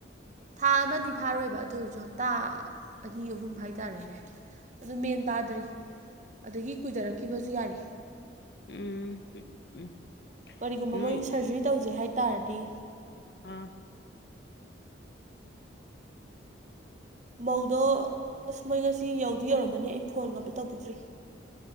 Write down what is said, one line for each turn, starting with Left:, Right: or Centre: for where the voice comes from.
Right: ꯊꯥ ꯑꯃꯗꯤ ꯐꯥꯔꯣꯏꯕ ꯑꯗꯨ ꯑꯣꯏꯔꯁꯨ ꯍꯞꯇꯥ ꯑꯅꯤ ꯑꯍꯨꯝ ꯍꯥꯏꯇꯥꯔꯦꯅꯦ ꯑꯗꯨ ꯃꯦꯟ ꯇꯥꯗ꯭ꯔꯤ ꯑꯗꯒꯤ ꯀꯨꯏꯊꯔꯛꯈꯤꯕꯁꯨ ꯌꯥꯔꯤ
Left: ꯎꯝ ꯎꯝ ꯎꯝ
Right: ꯀꯔꯤꯒꯨꯝꯕ
Left: ꯅꯣꯏ
Right: ꯃꯣꯏ ꯁꯔꯖꯔꯤ ꯇꯧꯖꯩ ꯍꯥꯏ ꯇꯥꯔꯗꯤ
Left: ꯑꯥ
Right: ꯃꯧꯗꯣ ꯑꯃꯩ ꯉꯁꯤ ꯌꯧ ꯑꯗꯨ ꯌꯧꯔꯝꯃꯅꯤ ꯑꯩ ꯐꯣꯟꯒ ꯑꯝꯇ ꯇꯧꯕꯤꯗ꯭ꯔꯤ